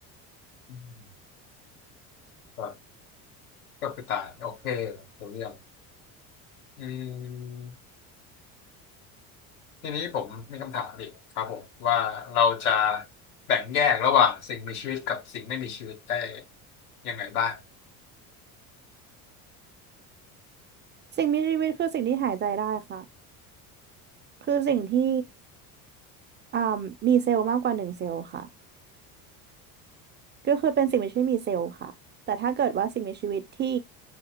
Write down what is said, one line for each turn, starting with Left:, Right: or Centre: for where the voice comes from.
Left: อืมครับก็คือตายโอเครู้เรื่องอืมทีนี้ผมมีคำถามอีกครับผมว่าเราจะแบ่งแยกระหว่างสิ่งมีชีวิตกับสิ่งไม่มีชีวิตได้ยังไงบ้าง
Right: สิ่งมีชีวิตคือสิ่งที่หายใจได้ค่ะคือสิ่งที่ อ่ามีเซลล์มากกว่าหนึ่งเซลล์ค่ะก็คือเป็นสิ่งมีชีวิต่มีเซลล์ค่ะแต่ถ้าเกิดว่าสิ่งมีชีวิตที่